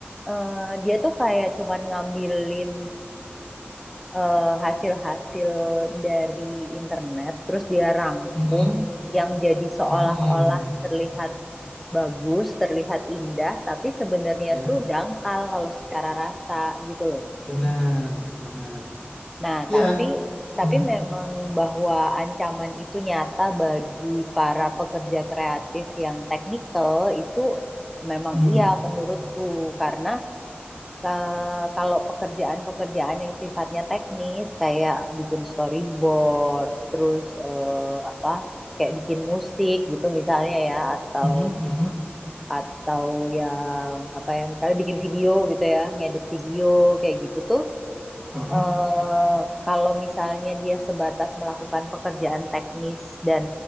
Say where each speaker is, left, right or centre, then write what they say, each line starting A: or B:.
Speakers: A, in the centre; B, on the left.
A: eh, dia tuh kayak cuman ngambilin eh, hasil-hasil dari internet, terus dia rangkum
B: Mm-mm.
A: yang jadi seolah-olah
B: Mm-mm.
A: terlihat bagus, terlihat indah, tapi sebenarnya
B: Ya,
A: tuh dangkal kalau secara rasa gitu loh.
B: benar, benar.
A: Nah,
B: Ya.
A: tapi tapi
B: Hmm.
A: memang bahwa ancaman itu nyata bagi para pekerja kreatif yang teknikal itu memang
B: Hmm.
A: iya menurutku karena eh, kalau pekerjaan-pekerjaan yang sifatnya teknis kayak bikin storyboard, terus eh, apa kayak bikin musik gitu misalnya ya atau
B: Mhm, mhm,
A: atau yang apa ya misalnya bikin video gitu ya, ngedit video kayak gitu tuh
B: mhm,
A: eh kalau misalnya dia sebatas melakukan pekerjaan teknis dan